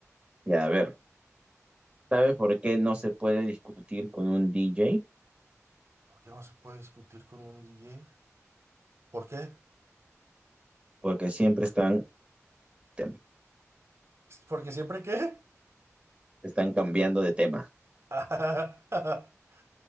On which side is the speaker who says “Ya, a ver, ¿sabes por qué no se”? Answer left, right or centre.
Right